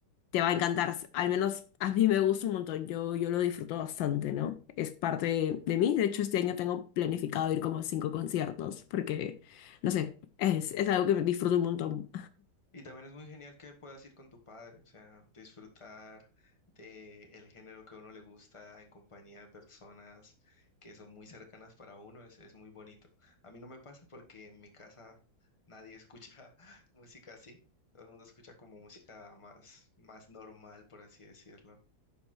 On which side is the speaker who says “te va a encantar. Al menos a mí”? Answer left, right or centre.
Left